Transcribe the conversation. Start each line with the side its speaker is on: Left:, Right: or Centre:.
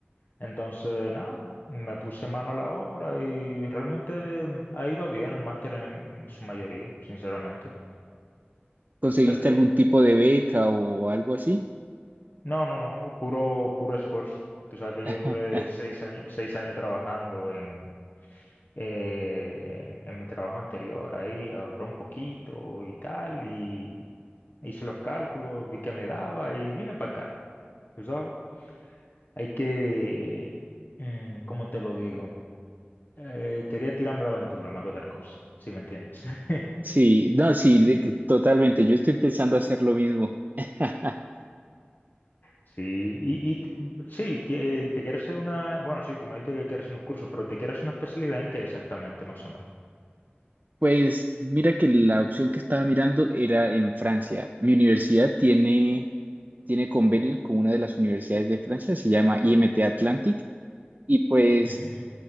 Left: Entonces, nada, me puse mano a la obra y realmente mm, ha ido bien el máster en, en su mayoría, sinceramente. O
Right: ¿Conseguiste
Left: sea, eh,
Right: algún tipo de beca o algo así?
Left: no, no, no, puro, puro esfuerzo. Tú sabes que
Right: <laughs>
Left: yo duré seis años, seis años trabajando en, eh, en, en mi trabajo anterior, ahí ahorré un poquito y tal, y hice los cálculos, vi que me daba y vine para acá. tú sabes. Hay que, mm, ¿cómo te lo digo? Eh, quería tirarme la aventura, más que otra cosa, si me entiendes. <laughs>
Right: Sí, no, sí, de que- totalmente. Yo estoy pensando hacer lo mismo. <laughs>
Left: Sí, y, y t- sí, que eh, te quieres hacer una, bueno, sí, tú me dijiste que quieres unos cursos, pero te quieres una especialidad en qué exactamente, más o menos.
Right: Pues mira que la opción que estaba mirando era en Francia. Mi universidad tiene, tiene convenios con una de las universidades de Francia, se llama IMT Atlantic, y pues
Left: Ujú, ujú.